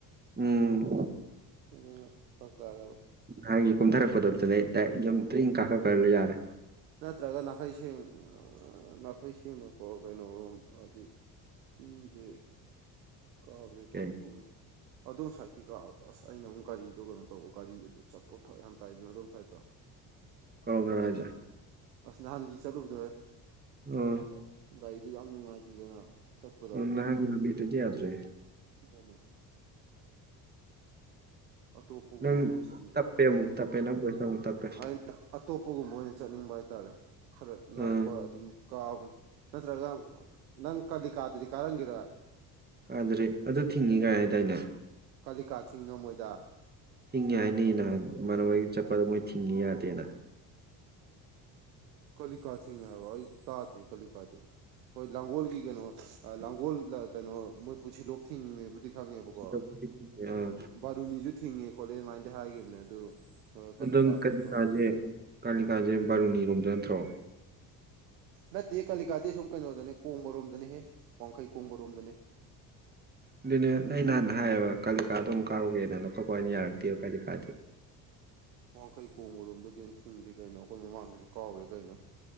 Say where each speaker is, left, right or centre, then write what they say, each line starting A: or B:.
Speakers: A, on the right; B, on the right.
A: ꯎꯝ
B: ꯎꯝ ꯐꯔꯛ ꯇꯥꯔꯦꯕ
A: ꯍꯥꯟꯒꯤ ꯀꯨꯝꯊꯔꯛꯄꯗꯣ ꯑꯗꯨꯗꯩ ꯗꯥꯔꯦꯛ ꯌꯨꯝ ꯇꯤ ꯀꯥꯈꯠ ꯈꯔ ꯌꯥꯔꯦ
B: ꯅꯠꯇ꯭ꯔꯒ ꯅꯥꯈꯩ ꯁꯦꯡ ꯅꯥꯈꯩ ꯁꯦꯡꯅꯀꯣ ꯀꯩꯅꯣꯔꫭꯝ ꯍꯥꯏꯗꯤ <unintelligible> ꯀꯥꯕꯖꯦ
A: ꯀꯩ
B: <unintelligible> ꯑꯗꯣꯝ ꯁꯥꯏꯠꯀꯤꯀ ꯑꯁ ꯑꯩꯅ ꯑꯃꯨꯛ ꯒꯥꯔꯤꯗꯣ ꯀꯩꯅꯣ ꯇꯧꯕ ꯒꯥꯔꯤ ꯑꯗꯨ ꯆꯠꯄ ꯐꯔꯛ ꯌꯥꯝ ꯇꯥꯏꯗꯅ ꯑꯗꯣꯝ ꯁꯥꯏꯠꯇꯣ
A: ꯀꯗꯨꯝꯗꯅꯣ ꯍꯥꯏꯁꯦ
B: ꯑꯁ ꯅꯍꯥꯟꯒꯤ ꯆꯠꯂꯨꯕꯗꯣ ꯍꯦ
A: ꯎꯝ
B: ꯒꯥꯔꯤꯗꯨ ꯌꯥꯝ ꯅꯨꯡꯉꯥꯏꯇꯦꯗꯅ ꯆꯠꯄꯗꯣ
A: ꯎꯝ <unintelligible> ꯌꯥꯗ꯭ꯔꯦ
B: <unintelligible> ꯑꯇꯣꯞꯄꯒꯨꯝꯕ
A: ꯅꯪ
B: ꯑꯃ ꯆꯠꯅꯤꯡꯉꯤ
A: ꯇꯞꯄꯦ
B: ꯑꯇꯣꯞꯄ
A: ꯑꯃꯨꯛ ꯇꯞꯄꯦ ꯅꯪ ꯚꯣꯏꯁꯇꯣ ꯑꯃꯨꯛ ꯇꯞꯄꯦ
B: ꯑ ꯑꯇꯣꯞꯄꯒꯨꯝꯕ ꯑꯣꯏꯅ ꯆꯠꯅꯤꯡꯕ ꯍꯥꯏꯇꯥꯔꯦ ꯈꯔ ꯅꯛꯄ
A: ꯑꯥ
B: ꯑꯗꯨꯝ ꯀꯥꯕ ꯅꯠꯇ꯭ꯔꯒ ꯅꯪ ꯀꯜꯂꯤ ꯀꯗꯗꯤ ꯀꯔꯤꯔ
A: ꯀꯥꯟꯗꯔꯤ ꯑꯗꯨ ꯊꯤꯡꯉꯤ ꯀꯥꯏ ꯍꯥꯏꯗꯥꯏꯅꯦ
B: ꯀꯥꯂꯤꯀꯥ ꯊꯤꯡꯉꯝꯃꯣꯏꯗ
A: ꯊꯤꯡꯉꯦ ꯍꯥꯏꯅꯤ ꯅꯍꯥꯟ ꯃꯔꯗꯒꯤ ꯆꯠꯄꯗ ꯃꯣꯏ ꯊꯤꯡꯉꯤ ꯌꯥꯗꯦꯅ
B: ꯀꯂꯤꯀꯥꯆꯤꯡ ꯍꯥꯏꯔꯣ ꯇꯥꯗꯔꯤ ꯀꯂꯤꯀꯥꯗꯤ ꯍꯣꯏ ꯂꯥꯡꯒꯣꯜꯒꯤ ꯀꯩꯅꯣ ꯂꯥꯡꯒꯣꯜ ꯀꯩꯅꯣ ꯃꯣꯏ ꯄꯨꯟꯁꯤ ꯂꯣꯛ ꯊꯤꯡꯉꯦꯕꯨꯗꯤ ꯈꯪꯉꯦꯕꯀꯣ
A: ꯁꯤꯗꯕꯨꯗꯤ ꯊꯤꯡꯉꯦ ꯑꯥ
B: ꯕꯥꯔꯨꯅꯤꯁꯨ ꯊꯤꯡꯉꯦ ꯈꯣꯠꯂꯦ ꯑꯗꯨꯃꯥꯏꯅꯗꯤ ꯍꯥꯏꯈꯤꯕꯅꯦ ꯑꯗꯨ ꯀꯥꯂꯤꯀꯥꯗꯤ
A: ꯑꯗꯨꯝ ꯀꯥꯂꯤꯀꯥꯁꯦ
B: ꯈꯪꯗꯦ
A: ꯀꯥꯂꯤꯀꯥꯁꯦ ꯕꯥꯔꯨꯅꯤꯔꯣꯝꯗꯥ ꯅꯠꯇ꯭ꯔꯣ
B: ꯅꯠꯇꯦ ꯀꯥꯂꯤꯀꯥꯗꯤ ꯁꯨꯝ ꯀꯩꯅꯣꯗꯅꯦ ꯀꯣꯡꯕꯔꯣꯝꯗꯅꯦꯍꯦ ꯋꯥꯡꯈꯩ ꯀꯣꯡꯕꯔꯣꯝꯗꯅꯦ
A: ꯑꯗꯨꯅꯦ ꯅ ꯅꯍꯥꯟ ꯍꯥꯏꯌꯦꯕ ꯀꯥꯂꯤꯀꯥ ꯑꯗꯨꯝ ꯀꯥꯔꯨꯒꯦꯅ ꯈꯣꯠꯄ ꯑ ꯑꯣꯏꯅ ꯌꯥꯔꯛꯇꯦꯕ ꯀꯥꯂꯤꯀꯥꯗꯨ
B: ꯋꯥꯡꯈꯩ ꯀꯣꯡꯕꯔꯣꯝꯗ ꯀꯔꯤꯝꯇ ꯊꯤꯡꯗꯦ ꯀꯩꯅꯣ ꯑꯩꯈꯣꯏ ꯃꯃꯥꯡꯗꯁꯨ ꯀꯥꯎꯔꯦ ꯀꯩꯅꯣ